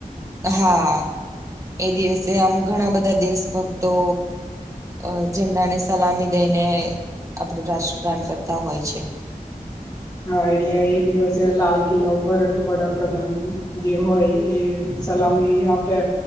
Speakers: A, on the right (about 20°); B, on the left (about 25°).
A: હા એ દિવસે આમ ઘણા બધા દેશભક્તો અ ઝંડા ને સલામી દઈને આપડું રાષ્ટ્રદાન કરતા હોય છે.
B: હા એટલે એ દિવસે લાલ કિલ્લા ઉપર વડાપ્રધાન જે હોય એ સલામી આપે